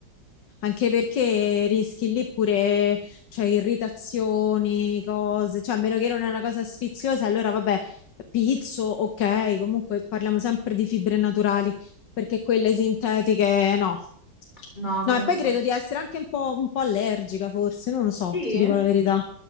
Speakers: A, on the left (about 75°); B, on the left (about 25°).
A: anche perché rischi lì pure, cioè, irritazioni, cose, cioè, a meno che non è una cosa sfiziosa, allora vabbè, pizzo, ok, comunque parliamo sempre di fibre naturali, perché quelle sintetiche no.
B: No, sono...
A: No, e poi credo di essere anche un po', un po' allergica, forse, non lo so,
B: Sì?
A: ti dico la verità.